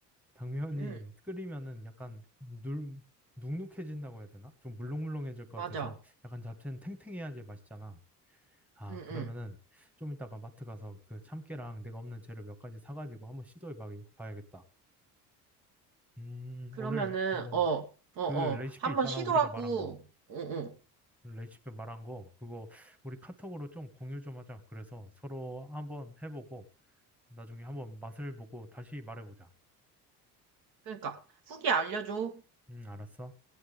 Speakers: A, in the centre; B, on the right (about 45°).
A: 당면이
B: 응,
A: 끓이면은 약간 눌, 눅눅해진다고 해야 되나? 좀 물렁물렁해질 것
B: 맞아.
A: 같아서 약간 잡채는 탱탱해야지 맛있잖아. 아,
B: 응,
A: 그러면은
B: 응.
A: 좀 이따가 마트 가서 그 참깨랑 내가 없는 재료 몇 가지 사가지고 한번 시도해 봐- 봐야겠다. 음,
B: 그러면은,
A: 오늘 뭐
B: 어, 어,
A: 그
B: 어.
A: 레시피
B: 한번
A: 있잖아.
B: 시도하고,
A: 우리가 말한 거.
B: 응, 응.
A: 레시피 말한 거 그거 우리 카톡으로 좀 공유 좀 하자. 그래서 서로 한번 해보고 나중에 한번 맛을 보고 다시 말해보자.
B: 그러니까, 후기 알려줘.
A: 음, 알았어.